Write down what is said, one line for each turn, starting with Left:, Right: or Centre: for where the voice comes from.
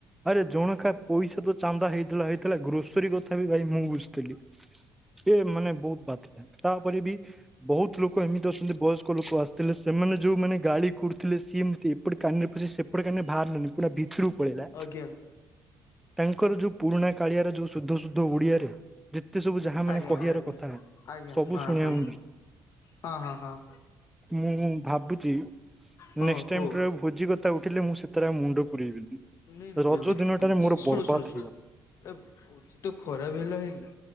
Centre: ଆରେ ଜଣ ଖା ପଇସା ତ ଚାନ୍ଦା ହେଇଥିଲା ହେଇଥିଲା, ଗ୍ରୋସରୀ କଥା ବି ଭାଇ ମୁଁ ବୁଝିଥିଲି। ସେ ମାନେ ବହୁତ ବାଧିଲା, ତାପରେ ବି ବହୁତ ଲୋକ ଏମିତି ଅଛନ୍ତି ବୟସ୍କ ଲୋକ ଆସିଥିଲେ, ସେମାନେ ଯୋଉମାନେ ଗାଳି କରୁଥିଲେ ସିଏ ଏମତି ଏପଟେ କାନିରେ ପୁରେଇ ସେପଟେ କାନରେ ବାହାରିଲାନି, ପୁରା ଭିତରୁକୁ ପଳେଇଲା।
Left: ଆଜ୍ଞା
Centre: ତାଙ୍କର ଯୋଉ ପୁରୁଣା କାଳିଆର ଯୋଉ ସୁଦ୍ଧ ସୁୁଦ୍ଧ ଓଡିଆରେ, ଯେତେ ସବୁ ଯାହା ମାନେ
Left: ଆଜ୍ଞା
Centre: କହିବାର
Left: ଆଜ୍ଞା।
Centre: କଥା,
Left: ଆଜ୍ଞା
Centre: ସବୁ
Left: ହଁ
Centre: ଶୁଣିବାକୁ
Left: ହଁ ହଁ ହଁ ହଁ
Centre: ମି ମୁଁ ଭାବୁଛି,
Left: ହଁ
Centre: ନେକ୍ସଟ
Left: କୁହ।
Centre: ଟାଇମ୍ ଠାରୁ ଭୋଜି କଥା ଉଠିଲେ ମୁଁ ସେଥିରେ ଆଉ ମୁଣ୍ଡ ପୁରେଇବିନି।
Left: ନାଇଁ ନାଇଁ
Centre: ରଜ
Left: ଜ୍ୟୋତି
Centre: ଦିନଟାରେ ମୋର
Left: ଶୁଣ
Centre: ବର୍ବାଦ
Left: ଶୁଣ
Centre: ହେଇଗଲା
Left: ଶୁଣ। ଉଚିତ ଖରାପ ବି ଲାଗିଲା,